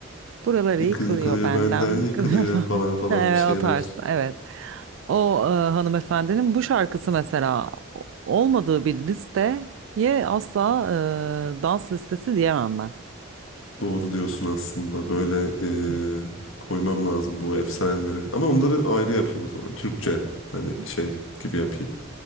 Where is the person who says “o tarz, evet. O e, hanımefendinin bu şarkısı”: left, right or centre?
Right